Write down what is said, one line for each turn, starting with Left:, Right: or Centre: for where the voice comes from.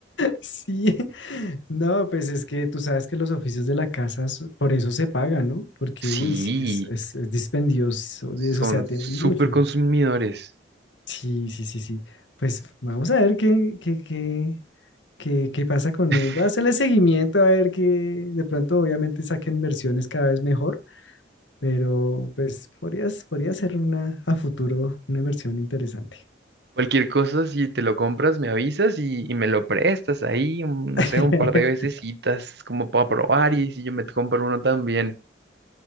Left: Sí, no, pues es que tú sabes que los oficios de la casa s- por eso se pagan, ¿no? Porque,
Right: Sí,
Left: uy, sí, es, es, es dispendioso,
Right: son
Left: de eso, o sea, tienen
Right: súper
Left: mucho.
Right: consumidores.
Left: Sí, sí, sí, sí. Pues vamos a ver qué, qué, qué, ¿Qué, qué pasa con
Right: <laughs>
Left: él? Voy a hacerle seguimiento a ver que de pronto obviamente saquen versiones cada vez mejor, pero pues podrías, podría ser una a futuro una inversión interesante.
Right: Cualquier cosa, si te lo compras, me avisas y, y me lo prestas ahí, un- no
Left: <laughs>
Right: sé, un par de vecesitas como para probar y si yo me compro uno también.